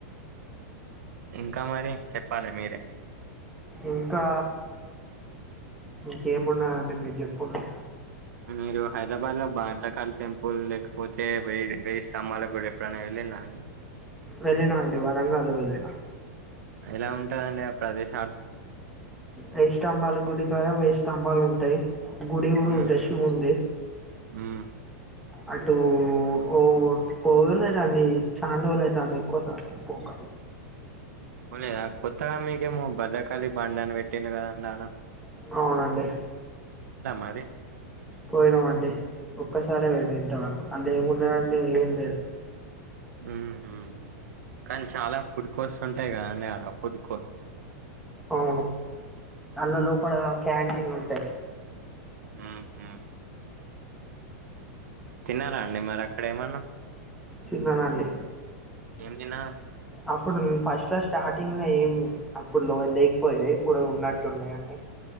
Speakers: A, on the right; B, in the centre.
A: ఇంకా మరి చెప్పాలి మీరే
B: ఇంకా ఇక ఏమన్నా మీ చెప్పలే
A: మీరు హైదరాబాద్ లో భారతకాళ టెంపుల్ లేకపోతే వేయడి వస్త అమ్మాల కూడా ఎప్పుడై వెళ్ళలా అండి
B: వెళ్ళినా అండి వరంగల్లో వెళ్ళిన
A: ఎలా ఉంటందిండి ఆ ప్రదేశ
B: వెయ్యి స్తంభాలు గుడికార వెయ్యి స్తంభాలు ఉంటాయి గుడి కూడా
A: హ్మ్.
B: ఉంటది శివున్ ది
A: హ్మ్
B: అటు ఓ పోగలేదండి చాందోలు అయితాంది ఎక్కువ శాతం పోక
A: ఒళదా కొత్తగా మీకు ఏమో భద్రకాల బాండన పెట్టి కదా అండానా
B: అవునండి
A: మరి
B: పోయినామండి ఒక్కసారే పోయినా ఇంతవరకు అళ్ళ ఏమున్నాడండి ఏం లేదు
A: మ్మ్ హ్మ్ కానీ చాలా ఫుడ్ కోర్ట్స్ ఉంటాయి కదండి అడ ఫుడ్ కోర్ట్
B: అవును అల్ల లోపల క్యాంటీన్లు ఉంటాయి
A: మ్మ్ హ్మ్ తిన్నారా అండి మరి అక్కడ ఏమన్నా
B: తిన్ననాండి
A: ఏం తినారు
B: అప్పుడు ఫస్ట్ లా స్టార్టింగ్ లో ఏం అప్పుడు లో లేకపోయా ఇప్పుడు ఉన్నట్టున్నాయి అండి